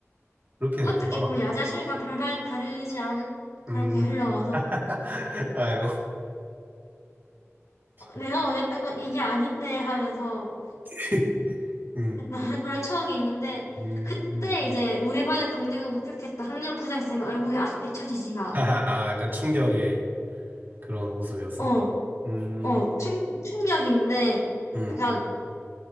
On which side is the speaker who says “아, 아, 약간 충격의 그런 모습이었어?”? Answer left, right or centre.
Right